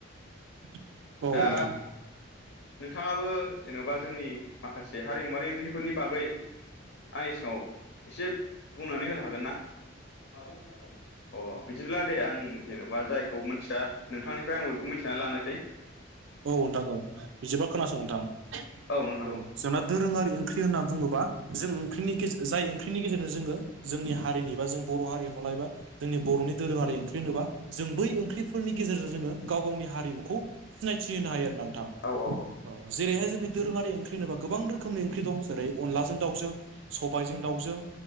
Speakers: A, on the right; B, on the left.
A: <unintelligible>
B: दा नोंथाङाबो जेनबा जोंनि माखासे हारिमुवारि ओंख्रिफोरनि बागै आंनि सिगाङाव एसे बुंनानै होनो हागोन ना? माबा नोंथां औ अ बिदिब्ला दे आं उम जेन'बा जायखौ मोनथिया नोंथानिफ्राय आंबो बेखौ मोनथिना लानोसै।
A: औ नोंथां औ बिदिबा खोनासं नोंथां अ
B: औ नोंथां औ
A: जोंना दोरोङारि ओंख्रि होनना बुङोब बा जों ओंख्रिनि गेज जाय ओंख्रिनि गेजेरजों जोङो जोंनि हारिनि बा जों बर' हारिमु लायोबा जोंनि बर'नि दोरोङारि ओंख्रि होनोबा जों बै ओं ख्रिफोरनि गेजेरजों जोङो गाव गावनि हारिमुखौ सिनायथि होनो हायो आरोना नोंथां
B: औ औ औ
A: अ जेरैहाय जोंनि दोरोङारि ओंख्रि होनोबा गोबां रोखोमनि ओंख्रि दंस ओरै अनलाजों दाउजों सबायजों दाउजों